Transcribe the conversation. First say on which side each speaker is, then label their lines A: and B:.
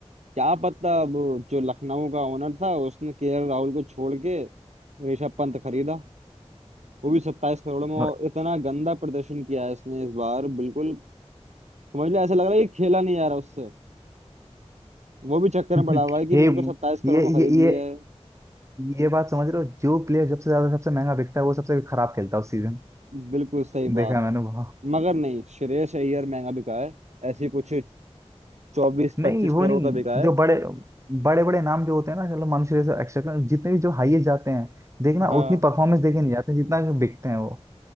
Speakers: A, on the right; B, on the right.
A: क्या पता अब जो लखनऊ का ओनर था उसने केएल राहुल को छोड़ के ऋषभ पंत खरीदा वो भी सत्ताईस करोड़ में और
B: और
A: इतना गंदा प्रदर्शन किया है इसने इस बार बिल्कुल समझ लो ऐसा लग रहा है कि खेला नहीं जा रहा उससे वो भी चक्कर
B: <laughs>
A: में पड़ा हुआ है कि
B: ये
A: मेरे को सत्ताईस करोड़
B: ये
A: में खरीद
B: ये
A: लिया
B: ये
A: है
B: ये बात समझ रहे हो जो प्लेयर जब से ज्यादा सबसे महंगा बिकता है वो सबसे खराब खेलता है उस सीजन
A: बिल्कुल सही
B: देखा
A: बात
B: है मैंने बहुत
A: मगर नहीं श्रेयस अय्यर महंगा बिका है ऐसी कुछ चौबीस
B: नहीं
A: पच्चीस
B: वो
A: करोड़
B: नहीं
A: का बिका
B: जो
A: है
B: बड़े बड़े बड़े नाम जो होते हैं ना चलो मनुष्य जैसे एक्स्ट्रा जितने भी जो हाईएस्ट जाते हैं देखना
A: हाँ
B: उतनी परफॉर्मेंस देके नहीं जाते जितना कि बिकते हैं वो